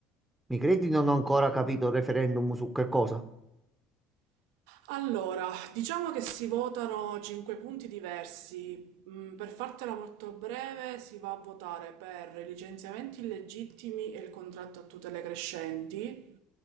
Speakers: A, in the centre; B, on the right.
A: Mi credi non ho ancora capito il referendum su che cosa?
B: Allora, diciamo che si votano cinque punti diversi. Mm, Per fartela molto breve, si va a votare per i licenziamenti illegittimi e il contratto a tutele crescenti,